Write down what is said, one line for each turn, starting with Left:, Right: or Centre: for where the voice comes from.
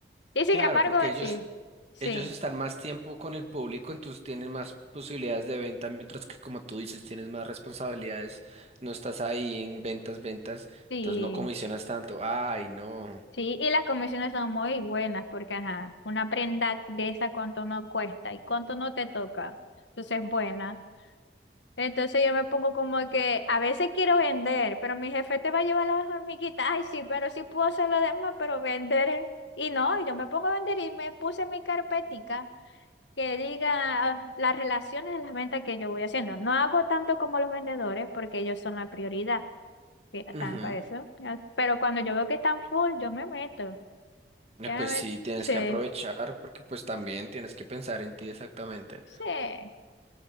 Left: y sin
Right: Claro,
Left: embargo,
Right: porque ellos,
Left: sí, sí,
Right: Ellos están más tiempo con el público, entonces tienen más posibilidades de venta, mientras que como tú dices, tienes más responsabilidades, no estás ahí en ventas, ventas,
Left: sí,
Right: entonces no comisionas tanto. Ay, no.
Left: sí, y las comisiones son muy buenas porque, ajá, una prenda de esa cuánto no cuesta y cuánto no te toca, entonces es buena. Entonces yo me pongo como que a veces quiero vender, pero mi jefe te va a llevar las hormiguitas, ay sí, pero sí puedo hacer lo demás, pero vender, eh. y no, y yo me pongo a vender y me puse mi carpetica que diga ah, las relaciones de las ventas que yo voy haciendo. No hago tanto como los vendedores porque ellos son la prioridad Sí, están
Right: Ujú.
Left: para eso. Ya- Pero cuando yo veo que están full, yo me meto.
Right: Eh,
Left: Ya
Right: Pues
Left: me meto.
Right: sí, tienes
Left: Sí,
Right: que aprovechar porque pues también tienes que pensar en ti exactamente.
Left: sí.